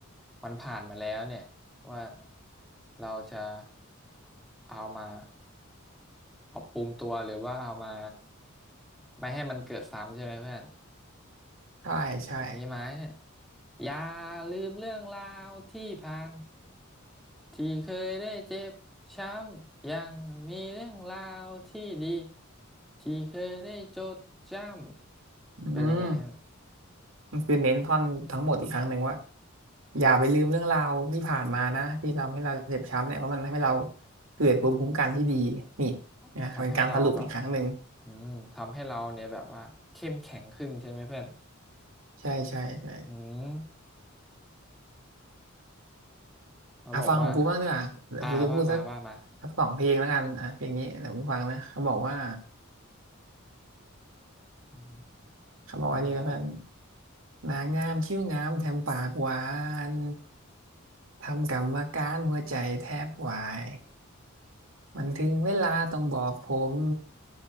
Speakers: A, in the centre; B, on the right.
A: มันผ่านมาแล้วเนี่ยว่าเราจะเอามาปรับปรุงตัวหรือว่าเอามาไม่ให้มันเกิดซ้ำใช่ไหมเพื่อน
B: ใช่ใช่
A: อันนี้ไหมเนี่ยอย่าลืมเรื่องราวที่ผ่านที่เคยได้เจ็บช้ำยังมีเรื่องราวที่ดีที่เคยได้จดจำเป็นยังไงฮะ
B: อืมมันคือเน้นท่อนทั้งหมดอีกครั้งหนึ่งว่าอย่าไปลืมเรื่องราวที่ผ่านมานะที่ทำให้เราเจ็บช้ำเนี่ยเพราะมันทำให้เราเกิดภูมิคุ้มกันที่ดีนี่
A: อ๋อทำให้เราแบบ
B: นะเป็นการสรุปอีกครั้งหนึ่ง
A: อืมทำให้เราเนี่ยแบบว่าเข้มแข็งขึ้นใช่ไหมเพื่อน
B: ใช่ใช่ใช่
A: อืมเขาบอกว่า
B: อ่ะฟังของกูบ้างดีกว่าเดี๋ยวกูจะพูดสัก
A: อ่าว่ามาว่ามา
B: สักสองเพลงแล้วกันอ่ะเพลงนี้เดี๋ยวกูฟังนะเขาบอกว่า
A: อืม
B: เขาบอกว่านี่แล้วกัน
A: ว่าไงเพื่อน
B: นางงามคิ้วงามแถมปากหวานทำกรรมการหัวใจแทบวายมันถึงเวลาต้องบอกผม